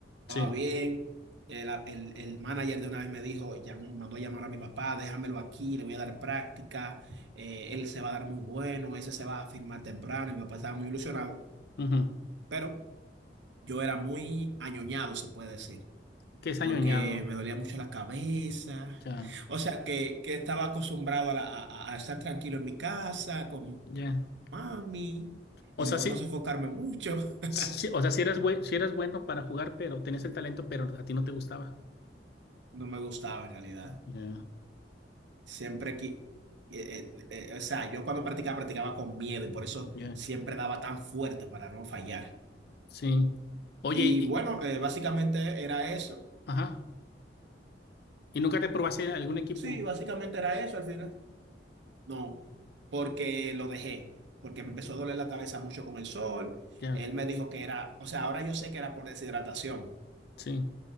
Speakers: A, on the left; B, on the right.
A: Sí.
B: bien. El, el, el manager de una vez me dijo, llamó, mandó a llamar a mi papá, déjamelo aquí, le voy a dar práctica, eh, él se va a dar muy bueno, ese se va a firmar temprano, y mi papá estaba muy ilusionado,
A: ujú.
B: pero yo era muy añoñado, se puede decir,
A: ¿Qué es
B: porque
A: añoñado?
B: me dolía mucho la cabeza.
A: Ya,
B: O sea, que, que estaba acostumbrado a, la- a- a estar tranquilo en mi casa, con
A: ya.
B: mami, y
A: O sea,
B: no,
A: sí,
B: no sofocarme mucho. <laughs>
A: sí, o sea, si eras buen, si eras bueno para jugar, pero tenías el talento, pero a ti no te gustaba.
B: No me gustaba en realidad.
A: Ya,
B: Siempre que... eh, eh, eh, eh, o sea, yo cuando practicaba, practicaba con miedo y por eso
A: ya.
B: siempre daba tan fuerte para no fallar.
A: Sí. Oye,
B: Y bueno,
A: y-
B: eh, básicamente era eso.
A: ajá. ¿Y nunca te probaste en algún equipo?
B: Sí, básicamente era eso al final. No, porque lo dejé, porque me empezó a doler la cabeza mucho con el sol.
A: Ya,
B: Él me dijo que era, o sea, ahora yo sé que era por deshidratación,
A: sí.